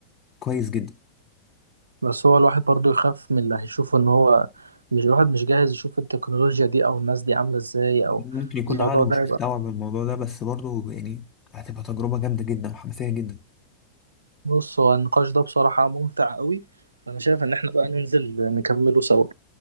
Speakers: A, on the left; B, on the right.
A: كويس جدا
B: بس هو الواحد برضو يخاف من اللي هيشوفه ان هو مش الواحد مش جاهز يشوف التكنولوجيا دي او الناس دي عاملة ازاي او
A: ممكن يكون
B: الموضوع
A: عقله
B: ده
A: مش
B: يبقى
A: مستوعب الموضوع ده بس برضه يعني هتبقى تجربة جامدة جدا وحماسية جدا
B: بص هو النقاش ده بصراحة ممتع قوي فانا شايف ان احنا بقى ننزل نكمله سوا